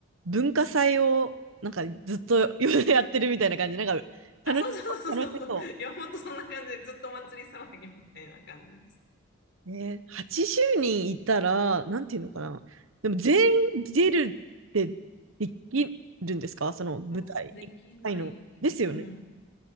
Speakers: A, on the right (about 75°); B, on the left (about 55°).
A: 文化祭をなんかずっと <laughs> やってるみたいな感じ。なんか、楽しそう。
B: あ、そうそうそうそうそう。
A: 楽しそう。
B: いや、ほんとそんな感じで、ずっとお祭り騒ぎみたいな感じです。
A: ね、80人いたら、なんていうのかな。でも全員出るってできるんですかその舞台1回の。
B: あ、そうできない。
A: ですよね。
B: うんうん。